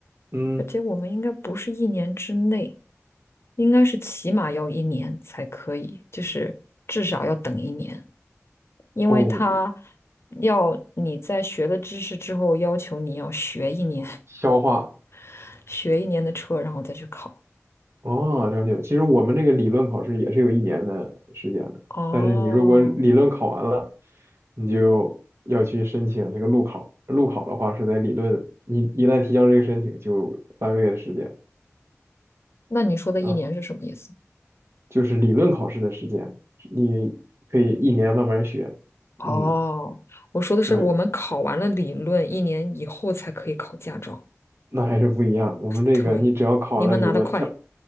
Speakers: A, on the right; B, on the left.
A: 嗯，
B: 而且我们应该不是一年之内，应该是起码要一年才可以，就是至少要等一年，因为他
A: 哦，
B: 要你在学了知识之后，要求你要学一年，
A: 消化，
B: <laughs> 学一年的车，然后再去考。
A: 哦，了解。其实我们这个理论考试也是有一年的时间的，
B: 哦，
A: 但是你如果理论考完了，你就要去申请这个路考。路考的话是在理论，你一旦提交这个申请，就三个月的时间。
B: 那你说的一年是什么意思？
A: 然后。就是理论考试的时间，你可以一年慢慢学。
B: 哦，
A: 嗯，
B: 我说的是我们考完了理论，
A: 对，
B: 一年以后才可以考驾照。
A: 那还是不一样。我们这个，
B: 对，
A: 你只要考了理论，
B: 你们拿得快。
A: 像